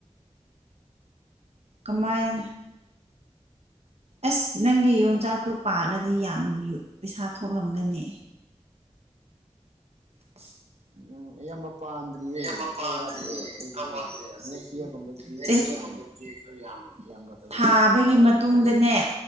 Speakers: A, on the right; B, on the right.
A: ꯀꯃꯥꯏ ꯑꯁ ꯅꯪꯒꯤ ꯌꯣꯟꯆꯥꯛꯇꯣ ꯄꯥꯜꯂꯗꯤ ꯌꯥꯝ ꯄꯩꯁꯥ ꯊꯣꯛꯂꯝꯒꯅꯤ <inaudible>
B: ꯎꯝ ꯑꯌꯥꯝꯕ ꯄꯥꯟꯗ꯭ꯔꯤꯌꯦ
A: ꯌꯥꯝꯕ
B: ꯈꯔ
A: ꯄꯥꯟꯗ꯭ꯔꯤꯌꯦ
B: ꯋꯥꯠꯂꯤꯌꯦ ꯆꯍꯤ
A: ꯈꯔ ꯋꯥꯠꯂꯤ
B: ꯅꯦꯛꯁ
A: ꯆꯍꯤ
B: ꯌꯥꯔꯒꯨꯝꯕꯗꯨꯗꯤ
A: ꯅꯦꯛꯁ
B: ꯈꯔ
A: ꯌꯔꯒꯨꯝꯕꯗꯤ
B: ꯌꯥꯝ
A: ꯈꯔ ꯌꯥꯝ
B: ꯌꯥꯝꯔꯛꯀꯗ꯭ꯔꯥ
A: ꯊꯥꯕꯒꯤ
B: ꯁꯤ
A: ꯃꯇꯨꯡꯗꯅꯦ